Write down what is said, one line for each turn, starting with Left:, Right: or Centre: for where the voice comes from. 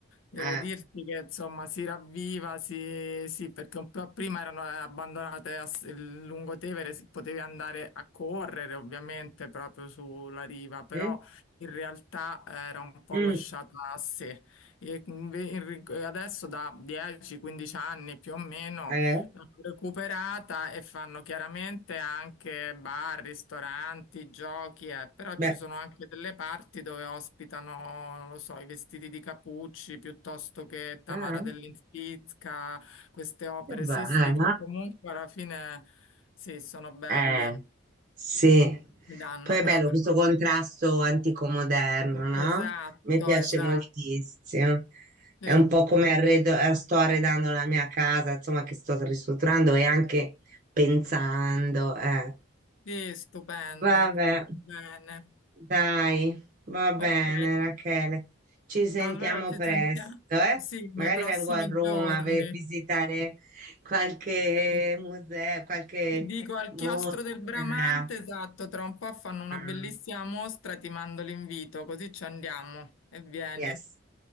Left: Devo
Right: eh,
Left: dirti che insomma si ravviva, si- sì, perché un po' prima erano abbandonate a s- il lungotevere, si- potevi andare a correre ovviamente proprio sulla riva, però
Right: mm,
Left: in realtà era un po'
Right: mm,
Left: lasciata a sé. E inve- in ri- adesso da 10-15 anni più o meno
Right: eh,
Left: recuperata e fanno chiaramente anche bar, ristoranti, giochi, eh, però
Right: beh,
Left: ci sono anche delle parti dove ospitano, non lo so, i vestiti di Capucci piuttosto che Tamara
Right: eh,
Left: dell'Inspizca, queste opere,
Right: che bello,
Left: sì, sì,
Right: eh.
Left: che comunque alla fine sì, sono belle,
Right: Eh. Sì,
Left: mi danno
Right: poi è
Left: proprio.
Right: bello questo contrasto antico-moderno, no?
Left: Esatto,
Right: Mi piace
Left: esatto.
Right: moltissimo.
Left: Sì,
Right: È un po' come arredo, eh, sto arredando la mia casa, insomma, che sto ristrutturando e anche pensando. eh.
Left: sì, stupendo.
Right: Vabbè,
Left: Bene.
Right: dai, va bene,
Left: Ok.
Right: Rachele. Ci sentiamo
Left: Allora ci
Right: presto,
Left: sentiamo,
Right: eh?
Left: sì,
Right: Magari
Left: nei prossimi
Right: vengo a Roma
Left: giorni.
Right: a ve- visitare qualche
Left: Sì.
Right: museo, qualche
Left: Ti dico al
Right: mostra.
Left: chiostro del Bramante, esatto, tra un po' fanno una
Right: Ah,
Left: bellissima mostra, ti mando l'invito, così ci andiamo e vieni,
Right: Yes.